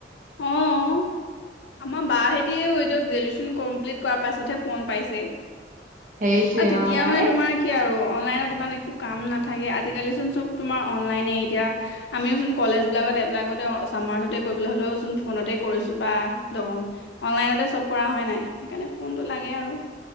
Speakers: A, on the left; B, on the right.
A: অহ, আমাৰ বাহতিও এই গ্ৰেজুৱেশ্যন কমপ্লিট কৰাৰ পাছতহে ফোন পাইছে।
B: সেইটোয়ে
A: আৰু তেতিয়া
B: অ
A: মানে
B: এই
A: তোমাৰ কি আৰু, অনলাইনত ইমান একো কাম নাথাকে, আজিকালিচোন চব তোমাৰ অনলাইনে এতিয়া। আমিওচোন কলেজ বিলাকত এপ্লাই কৰোঁতে, চামাৰ্চতে কৰিবলৈ হ'লেও চোন ফোনতে কৰিছোঁ বা অনলাইনতে চব কৰা হয় নাই, সেইকাৰণে ফোনটো লাগে আৰু।